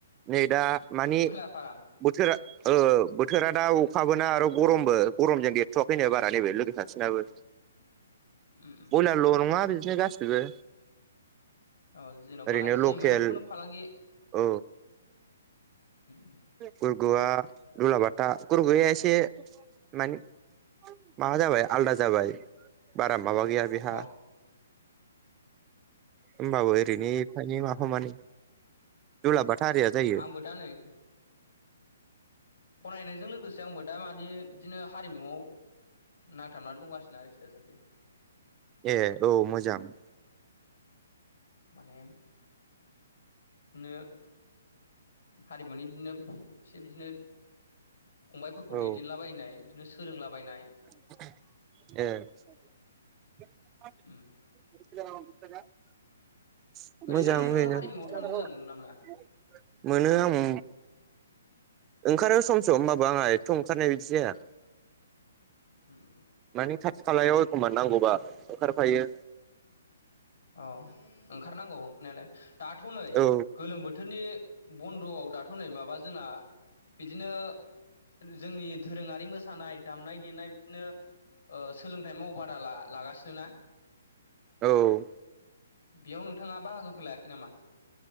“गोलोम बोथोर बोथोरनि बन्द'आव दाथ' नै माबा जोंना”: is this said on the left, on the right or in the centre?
Left